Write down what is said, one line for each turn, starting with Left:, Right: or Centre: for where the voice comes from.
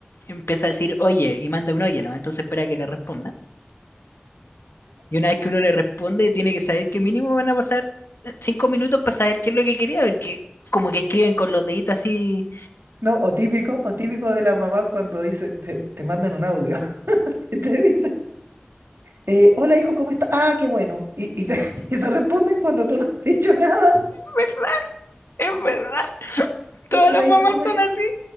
Left: empieza a decir oye y manda un oye, ¿no? Entonces espera que le responda. Y una vez que uno le responde, tiene que saber que mínimo van a pasar cinco minutos para saber qué es lo que quería, porque como que escriben con los deditos así.
Right: No, o típico, o típico de la mamá cuando dice, te, te mandan un audio, <laughs> y te dice, eh, hola hijo, ¿cómo estás? Ah, qué bueno. Y, y, te- <laughs> y se responden cuando tú no has dicho nada.
Left: Es verdad, es verdad.
Right: Hola
Left: Todas las mamás
Right: hija, ¿cómo estás?
Left: son así.